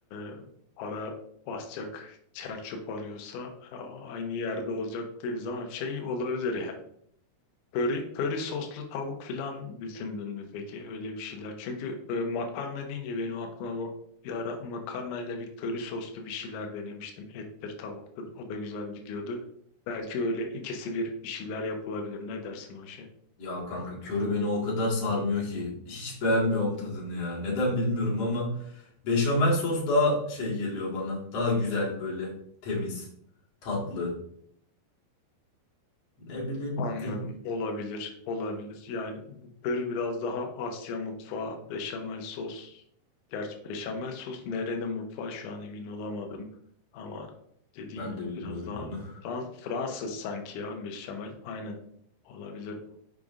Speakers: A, on the left; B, on the left.
A: e, para basacak çer arıyorsa e, aynı yerde olacak değiliz ama şey olabilir ya. Köri, köri soslu tavuk filan düşündün mü peki öyle bir şeyler? Çünkü e, makarna deyince benim aklıma bu bir ara makarnayla bir köri soslu bir şeyler denemiştim. Ettir tavuktur o da güzel gidiyordu. Belki öyle ikisi bir bir şeyler yapılabilir. Ne dersin o işe?
B: Ya kanka körü beni o kadar sarmıyor ki. Hiç beğenmiyorum tadını ya. Neden bilmiyorum ama beşamel sos daha şey geliyor bana. Daha güzel böyle temiz, tatlı. Ne bileyim
A: Anladım.
B: ne
A: Olabilir. Olabilir. Yani böyle biraz daha Asya mutfağı, beşamel sos. Gerçi beşamel sos nerenin mutfağı şu an emin olamadım. Ama dediğin
B: ben
A: gibi
B: de bilmiyorum
A: biraz daha
B: bunu.
A: Fran- Fransız sanki ya beşamel. Aynen. Olabilir.